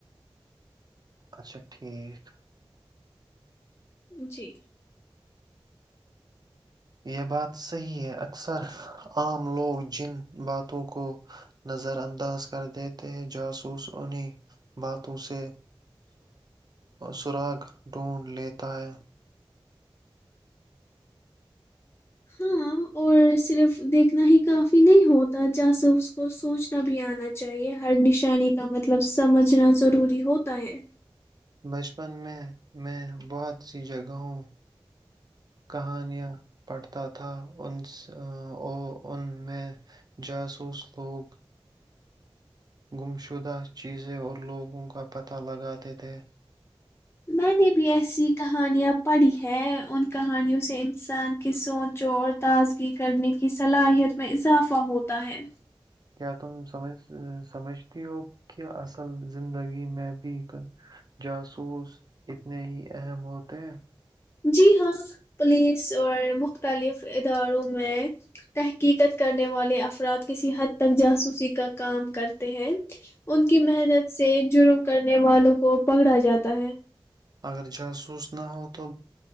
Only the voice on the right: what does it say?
اچھا ٹھیک
یہ بات س صحہی ہے اکثر عام لوگ جن باتوں کو نظر انداز کر دیتے ہیں جاسوس انہی باتوں سے سراغ ڈھونڈ لیتا ہے
بچپن میں میں بہت سی جگہوں کہانیاں پڑھتا تھا ان ا ان میں جاسوس لوگ گمشدہ چیزیں اور لوگوں کا پتہ لگاتے تھے
کیا تم سمج سمجھتی ہو کہ اصل زندگی میں بھی جاسوس اتنے ہی اہم ہوتے ہیں
اگر جاسوس نہ ہو تو